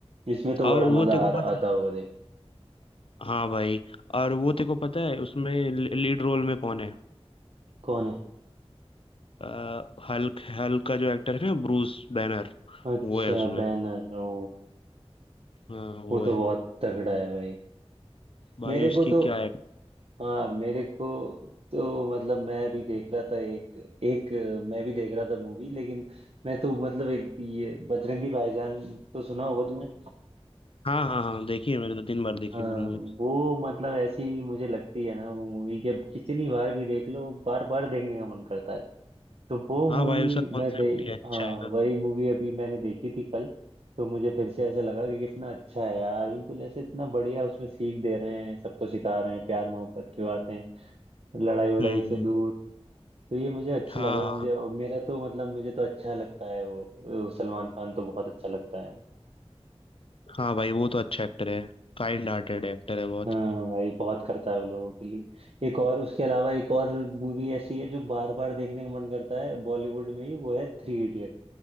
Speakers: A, on the right (about 70°); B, on the left (about 60°).
A: इसमें तो
B: और
A: बड़ा
B: वो
A: मजा
B: तेरे को
A: आ रहा
B: पता
A: आता
B: है,
A: होगा देख
B: हाँ भाई और वो तेरे को पता है उसमें लीड रोल में कौन है
A: कौन है
B: आ, हल्क हल्क का जो एक्टर है ना ब्रूस बैनर
A: अच्छा
B: वो है उसमें
A: बैनर ओ
B: हाँ वो
A: वो तो
B: है
A: बहुत तगड़ा है भाई
B: भाई
A: मेरे
B: उसकी
A: को तो
B: क्या है
A: हाँ मेरे को तो मतलब मैं भी देख रहा था एक एक मैं भी देख रहा था मूवी लेकिन मैं तो मतलब एक ये बजरंगी भाईजान तो सुना होगा तूने
B: हाँ हाँ हाँ देखी है मैंने दो तीन बार देखी
A: हाँ
B: है वो मूवी
A: वो मतलब ऐसी मुझे लगती है ना वो मूवी कि अब कितनी बार भी देख लो बार बार देखने का मन करता है तो वो
B: हाँ
A: मूवी
B: भाई उसका कॉन्सेप्ट
A: मैं दे
B: भी अच्छा
A: हाँ
B: है ना
A: वही मूवी अभी मैंने देखी थी कल तो मुझे फिर से ऐसा लगा कि कितना अच्छा है यार बिल्कुल ऐसे इतना बढ़िया उसमें सीख दे रहे हैं सबको सिखा रहे हैं प्यार मोहब्बत की बातें लड़ाई वड़ाई
B: हम्म
A: से
B: हम्म,
A: दूर तो ये मुझे अच्छा
B: हाँ
A: लगा
B: हाँ
A: मुझे
B: हाँ।
A: और मेरा तो मतलब मुझे तो अच्छा लगता है वो वो सलमान खान तो बहुत अच्छा लगता है
B: हाँ भाई वो तो अच्छा एक्टर है काइंड हार्टेड एक्टर है बहुत
A: हाँ भाई बहुत करता है वो लोगों के लिए एक और उसके अलावा एक और मूवी ऐसी है जो बार बार देखने का मन करता है बॉलीवुड में ही वो है थ्री इडियट